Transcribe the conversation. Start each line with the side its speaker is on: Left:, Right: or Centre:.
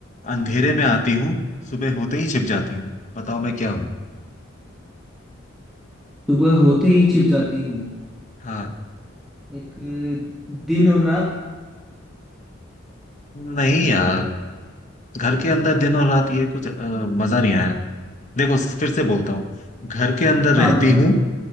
Left: अंधेरे में आती हूँ सुबह होते ही छिप जाती हूँ बताओ मैं क्या हूँ
Centre: सुबह होते ही छिप जाती हूँ
Left: हाँ
Centre: एक दिन और रात
Left: नहीं यार घर के अंदर दिन और रात ये कुछ अ, मजा नहीं आया देखो फिर से बोलता हूँ घर के अंदर
Centre: हाँ
Left: रहती
Centre: बताओ
Left: हूँ